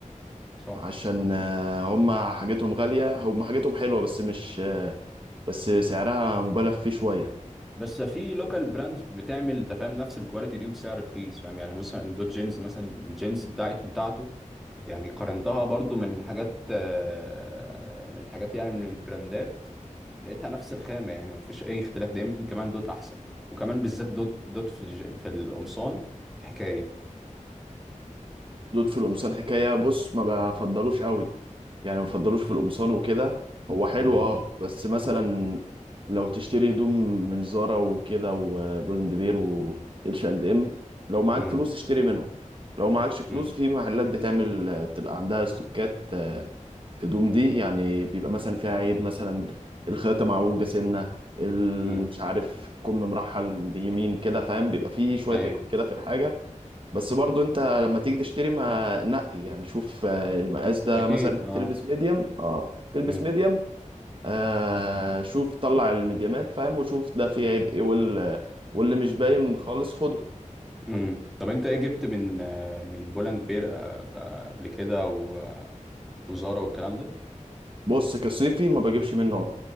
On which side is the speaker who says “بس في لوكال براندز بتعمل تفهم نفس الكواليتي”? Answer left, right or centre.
Centre